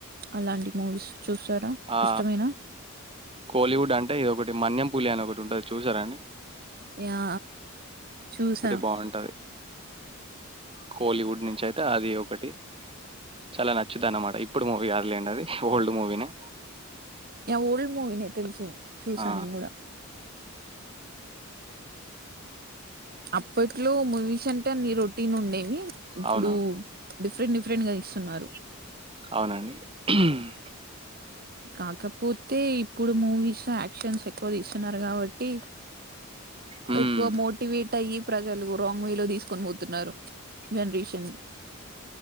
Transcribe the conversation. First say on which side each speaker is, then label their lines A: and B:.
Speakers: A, on the right; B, on the right.
A: అలాంటి మూవీస్ చూస్తారా
B: ఆ
A: ఇష్టమేనా
B: కోలీవుడ్ అం టే ఇది ఒకటి మన్యం పూలి అని ఒకటి ఉంటది చూసారాండి
A: యా చూసా
B: బావుంటది. కోలీవుడ్ నుంచి అయితే అది ఒకటి చాలా నచ్చుది అన్నమాట ఇప్పుడు మూవీ కాదులెండి అది ఓల్డ్ మూవీనే
A: ఓల్డ్ మూవీనే తెలుసు చూసా
B: ఆ!
A: నేను కూడా అప్పట్లో మూవీస్ అంటే అన్ని రొటీన్ ఉండేవి ఇప్పుడు
B: అవును.
A: డిఫరెంట్ డిఫరెంట్ గా తీస్తున్నారు
B: అవునండి హ్మ్
A: కాకపోతే ఇప్పుడు మూవీస్ యాక్షన్స్ ఎక్కువ తీస్తున్నారు కాబట్టి
B: హ్మ్.
A: ఎక్కువ మోటివేట్ అయ్యి ప్రజలు రాంగ్ వే లో తీసుకొని పోతున్నారు జనరేషన్ ని